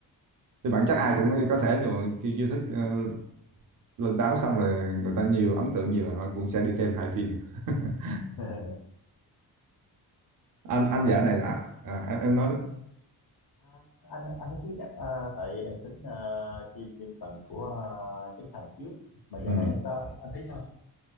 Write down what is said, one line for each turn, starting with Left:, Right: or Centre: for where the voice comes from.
Right: thì bản chất ai
Left: nhưng
Right: cũng
Left: mà
Right: có thể rồi cái chiêu thức ờ, lên báo xong là người ta nhiều ấn tượng nhiều họ cũng sẽ đi thêm hai phim <laughs>
Left: <laughs>
Right: anh anh
Left: mà
Right: dạo này
Left: em
Right: là anh, à, anh em nói đó
Left: À, anh anh nói trước nhé à, tại em tính uh, chim thêm phần của ờ, Trấn Thành trước mà
Right: ừ.
Left: dạo này anh sao anh thấy sao